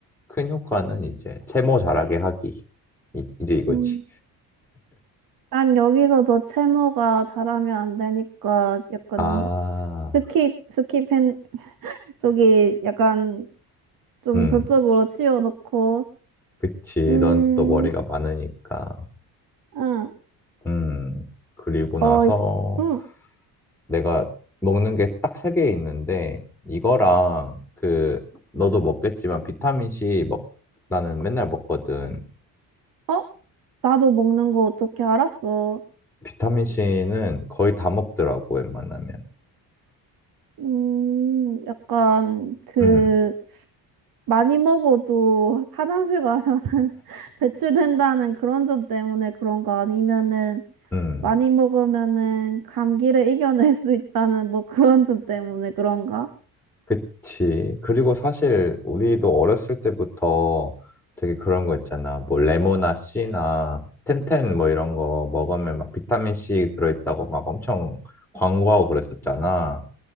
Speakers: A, in the centre; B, on the right (about 60°).
A: 큰 효과는 이제 채모 자라게 하기. 이, 이제 이거지.
B: 음. 난 여기서도 채모가 잘하면 안 되니까 약간
A: 아,
B: 스킵 스킵한 저기 약간 좀
A: 음,
B: 저쪽으로 치워놓고
A: 그치.
B: 음.
A: 넌 또 머리가 많으니까.
B: 응.
A: 음, 그리고 나서
B: 어, 응,
A: 내가 먹는 게 딱 세 개 있는데 이거랑 그 너도 먹겠지만 비타민 C 먹 나는 맨날 먹거든.
B: 어? 나도 먹는 거 어떻게 알았어?
A: 비타민 C는 거의 다 먹더라고 웬만하면.
B: 음, 약간, 그,
A: 음,
B: 많이 먹어도 화장실 가면 <laughs> 배출된다는 그런 점 때문에 그런가? 아니면은,
A: 음,
B: 많이 먹으면은 감기를 이겨낼 수 있다는 뭐 그런 점 때문에 그런가?
A: 그치. 그리고 사실 우리도 어렸을 때부터 되게 그런 거 있잖아. 뭐 레모나 C나 텐텐 뭐 이런 거 먹으면 막 비타민 C 들어있다고 막 엄청 광고하고 그랬었잖아.